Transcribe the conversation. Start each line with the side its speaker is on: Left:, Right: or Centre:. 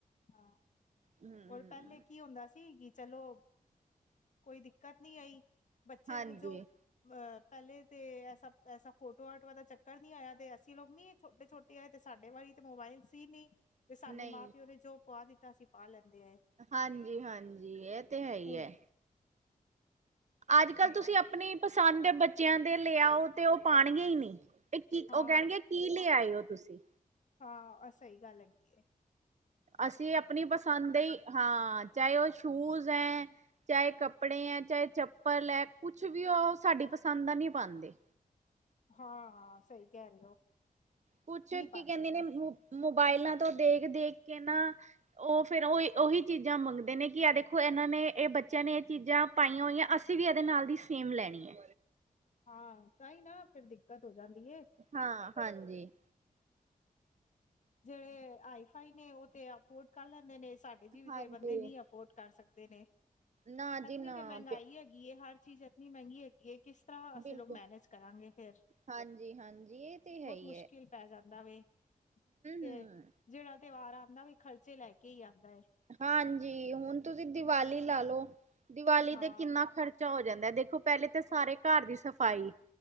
Left: ਹਾਂ
Right: ਹੂੰ
Left: ਹੋਰ ਪਹਿਲੇ ਕੀ ਹੁੰਦਾ ਸੀ ਕਿ ਚਲੋ ਕੋਈ ਦਿੱਕਤ ਨੀ ਆਈ ਬੱਚੇ
Right: ਹਾਂਜੀ
Left: ਨੂੰ ਜੋ ਅਹ ਪਹਿਲੇ ਤੇ ਐਸਾ - ਐਸਾ ਫੋਟੋ ਆਰਟ ਵਾਲਾ ਚੱਕਰ ਨੀ ਆਇਆ ਤੇ ਅਸੀਂ ਲੋਕ ਨੀ ਛੋਟੇ - ਛੋਟੇ ਏ ਤੇ ਸਾਡੇ ਵਾਰੀ ਤੇ ਮੋਬਾਇਲ ਸੀ ਨੀ ਤੇ ਸਾਨੂੰ
Right: ਨਹੀਂ
Left: ਮਾਂ ਪਿਓ ਨੇ ਜੋ ਪੁਆ ਦਿੱਤਾ ਅਸੀਂ ਪਾ ਲੈਂਦੇ ਆ
Right: ਹਾਂਜੀ-ਹਾਂਜੀ ਇਹ ਤੇ ਹੈ ਹੀ
Left: ਹ
Right: ਹੈ। ਅੱਜ ਕੱਲ ਤੁਸੀਂ
Left: ਤੇ
Right: ਆਪਣੀ ਪਸੰਦ ਦੇ ਬੱਚਿਆਂ ਦੇ ਲੈ ਆਓ ਤੇ ਉਹ ਪਾਉਣਗੇ ਹੀ ਨੀ ਇਹ ਕੀ
Left: ਹਾਂ
Right: ਉਹ ਕਹਿਣਗੇ ਕੀ ਲੈ ਆਏ ਹੋ ਤੁਸੀਂ?
Left: ਹਾਂ ਸਹੀ ਗੱਲ ਹੈਗੀ ਆ।
Right: ਅਸੀਂ ਆਪਣੇ ਪਸੰਦ ਦੇ ਹੀ ਹਾਂ ਚਾਹੇ ਉਹ ਸ਼ੂਜ਼ ਏ ਚਾਹੇ ਕੱਪੜੇ ਹੈ, ਚਾਹੇ ਚੱਪਲ ਹੈ ਕੁੱਛ ਵੀ ਉਹ ਸਾਡੀ ਪਸੰਦ ਦਾ ਨਈ ਪਾਦੇ
Left: ਹਾਂ ਸਹੀ ਕਹਿ ਰਹੇ ਹੋ?
Right: ਕੁੱਛ
Left: ਨਹੀਂ ਪਾਉਂਦੇ
Right: ਕੀ ਕਹਿੰਦੇ ਨੇ ਮੋਬਾਇਲਾਂ ਤੋਂ ਦੇਖ - ਦੇਖ ਕੇ ਨਾ ਉਹ ਫਿਰ ਉਹੀ ਉਹੀ ਚੀਜ਼ਾਂ ਮੰਗਦੇ ਨੇ ਕਿ ਆ ਦੇਖੋ ਇਹਨਾਂ ਨੇ ਇਹ ਬੱਚਿਆਂ ਨੇ ਇਹ ਚੀਜ਼ਾਂ ਪਾਈਆਂ ਹੋਈਆਂ ਅਸੀਂ ਵੀ ਇਹਦੇ ਨਾਲ ਦੀ ਸੇਮ ਲੈਣੀ ਐ।
Left: ਹਾਂ ਤਾਂਈ ਨਾ ਫਿਰ ਦਿੱਕਤ ਹੋ ਜਾਂਦੀ ਐ।
Right: ਹਾਂ ਹਾਂਜੀ।
Left: ਜਿਹੜੇ ਹਾਈਫਾਈ ਨੇ ਉਹ ਤੇ ਅਫੋਰਡ ਕਰ ਲੈਂਦੇ ਨੇ, ਸਾਡੇ ਜਿਹੋ ਜੇ
Right: ਹਾਂਜੀ।
Left: ਬੰਦੇ ਨੀ ਅਫੋਰਡ ਕਰ ਸਕਦੇ ਨੇ,
Right: ਨਾ
Left: ਇਤਨੀ
Right: ਜੀ ਨਾ
Left: ਤਾਂ ਮਹਿੰਗਾਈ
Right: ਬਿ
Left: ਹੈਗੀ ਐ ਹਰ ਚੀਜ਼ ਇੰਨੀ ਮਹਿੰਗੀ ਹੈਗੀ ਐ, ਕਿਸ ਤਰ੍ਹਾਂ ਅਸੀਂ
Right: ਬਿਲਕੁਲ
Left: ਲੋਕ ਮੈਨੇਜ ਕਰਾਂਗੇ ਫਿਰ।
Right: ਹਾਂਜੀ। ਹਾਂਜੀ, ਇਹ ਤੇ ਹੈ ਈ।
Left: ਮੁਸ਼ਕਿਲ ਪੈ ਜਾਂਦਾ ਵੇ। ਤੇ
Right: ਹਮ।
Left: ਜਿਹੜਾ ਤਿਉਹਾਰ ਆਂਦਾ ਵੇ ਖਰਚੇ ਲੈ ਕੇ ਈ ਆਂਦਾ ਏ।
Right: ਹਾਂਜੀ, ਹੁਣ ਤੁਸੀਂ ਦੀਵਾਲੀ ਲਾ ਲੋ ਦੀਵਾਲੀ
Left: ਹਾਂ
Right: ਤੇ ਕਿੰਨਾ ਖਰ ਚਾ ਹੋ ਜਾਂਦਾ ਦੇਖੋ ਪਹਿਲੇ ਤਾਂ ਸਾਰੇ ਘਰ ਦੀ ਸਫ਼ਾਈ